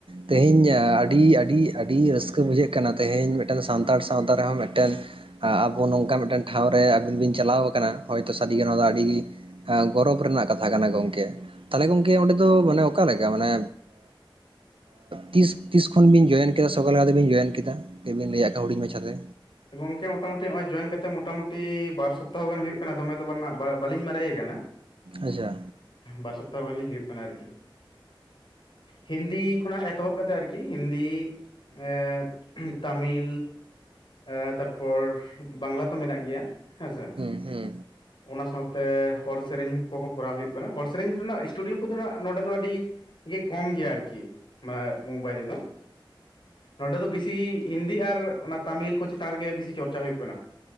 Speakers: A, on the right; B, on the left.
A: ᱛᱮᱦᱤᱧ ᱟᱹᱰᱤ ᱟᱹᱰᱤ ᱟᱹᱰᱤ ᱨᱟᱹᱥᱠᱟᱹ ᱵᱩᱡᱷᱟᱹᱜ ᱠᱟᱱᱟ ᱛᱮᱦᱤᱧ ᱢᱤᱫᱴᱮᱱ ᱥᱟᱱᱛᱟᱲ ᱥᱟᱶᱛᱟ ᱨᱮᱦᱚᱸ ᱢᱤᱫᱴᱮᱱ ᱟᱵᱚ ᱱᱚᱝᱠᱟ ᱢᱤᱫᱴᱮᱱ ᱴᱷᱟᱶ ᱨᱮ ᱟᱹᱵᱤᱱ ᱵᱤᱱ ᱪᱟᱞᱟᱣ ᱟᱠᱟᱱᱟ ᱦᱚᱭᱛᱳ ᱥᱟᱹᱨᱤ ᱜᱮ ᱱᱚᱣᱟ ᱫᱚ ᱟᱹᱰᱤ ᱜᱚᱨᱚᱵ ᱨᱮᱱᱟᱜ ᱠᱟᱛᱷᱟ ᱠᱟᱱᱟ, ᱜᱚᱝᱠᱮ ᱛᱟᱦᱚᱞᱮ ᱜᱚᱝᱠᱮ ᱚᱸᱰᱮ ᱫᱚ ᱢᱟᱱᱮ ᱚᱠᱟᱞᱮᱠᱟ ᱢᱟᱱᱮ ᱛᱤᱥ ᱛᱤᱥ ᱠᱷᱚᱱ ᱵᱤᱱ ᱡᱚᱭᱮᱱ ᱠᱮᱫᱟ ᱥᱚᱠᱟᱞ ᱞᱮᱠᱟ ᱛᱮᱵᱤᱱ ᱡᱚᱭᱮᱱ ᱠᱮᱫᱟ ᱟᱹᱵᱤᱱ ᱞᱟᱹᱭᱟ ᱦᱩᱰᱤᱧ ᱢᱟᱪᱷᱟ ᱛᱮ᱾
B: ᱜᱚᱝᱠᱮ ᱢᱚᱴᱟ ᱢᱩᱴᱤ ᱱᱚᱜ ᱚᱚᱭ ᱡᱚᱭᱮᱱ ᱠᱟᱛᱮᱜ ᱢᱚᱴᱟᱢᱩᱴᱤ ᱵᱟᱨ ᱥᱚᱯᱛᱟᱦᱚ ᱜᱟᱱ ᱦᱩᱭᱩᱜ ᱠᱟᱱᱟ ᱫᱚᱢᱮ ᱫᱚ ᱵᱟᱝ ᱵᱟᱞᱤᱧ ᱢᱟᱨᱮ ᱠᱟᱱᱟ᱾ <unintelligible>
A: ᱟᱪᱪᱷᱟ
B: ᱵᱟᱨ ᱥᱚᱯᱛᱟᱦᱚ ᱜᱟᱱ ᱞᱤᱧ ᱦᱩᱭᱩᱜ ᱠᱟᱱᱟ ᱟᱨᱠᱤ᱾ ᱦᱤᱱᱫᱤ ᱠᱷᱚᱱᱟᱜ ᱮᱛᱚᱦᱚᱵ ᱠᱟᱛᱮ ᱟᱨᱠᱤ ᱦᱤᱱᱫᱤ ᱮ ᱛᱟᱢᱤᱞ ᱮᱸ ᱛᱟᱨᱯᱚᱨ ᱵᱟᱝᱞᱟ ᱛᱚ ᱢᱮᱱᱟᱜ ᱜᱮᱭᱟ᱾ ᱦᱮᱸ ᱥᱮ
A: ᱦᱩᱸ ᱦᱩᱸ
B: ᱚᱱᱟ ᱥᱟᱶᱛᱮ ᱦᱚᱲ ᱥᱮᱨᱮᱧ ᱠᱚᱦᱚᱸ ᱠᱚᱨᱟᱣ ᱦᱩᱭᱩᱜ ᱠᱟᱱᱟ, ᱦᱚᱲ ᱥᱮᱨᱮᱧ ᱨᱮᱱᱟᱜ ᱥᱴᱩᱰᱤᱭᱳ ᱠᱚᱫᱚ ᱱᱟᱜ ᱱᱚᱰᱮ ᱫᱚ ᱟᱹᱰᱤ ᱠᱚᱢ ᱜᱮᱭᱟ ᱟᱨᱠᱤ ᱚᱱᱟ ᱢᱚᱢᱵᱟᱭ ᱨᱮᱫᱚ ᱱᱚᱰᱮ ᱫᱚ ᱵᱤᱥᱤ ᱦᱤᱱᱫᱤ ᱟᱨ ᱚᱱᱟ ᱛᱟᱢᱤᱞ ᱠᱚ ᱪᱮᱛᱟᱱ ᱨᱮᱜᱮ ᱵᱤᱥᱤ ᱪᱚᱨᱪᱟ ᱦᱩᱭᱩᱜ ᱠᱟᱱᱟ